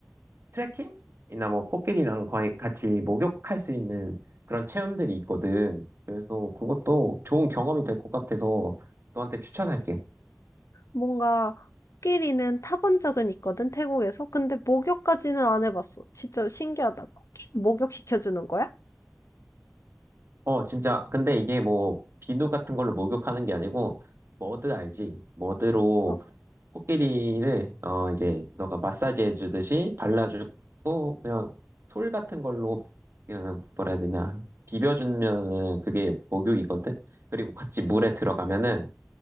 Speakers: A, on the right; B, on the left.
A: 트레킹이나 뭐 코끼리랑 거의 같이 목욕할 수 있는 그런 체험들이 있거든. 그래서 그것도 좋은 경험이 될 것 같아서 너한테 추천할게.
B: 뭔가 코끼리는 타본 적은 있거든, 태국에서. 근데 목욕까지는 안 해봤어. 진짜 신기하다. 코끼리 목욕시켜주는 거야?
A: 어, 진짜. 근데 이게 뭐 비누 같은 걸로 목욕하는 게 아니고 머드 알지? 머드로
B: 어,
A: 코끼리를 어 이제 너가 마사지 해주듯이 발라주고 그냥 솔 같은 걸로 그냥 뭐라 해야 되냐 비벼주면은
B: 음.
A: 그게 목욕이거든. 그리고 같이 물에 들어가면은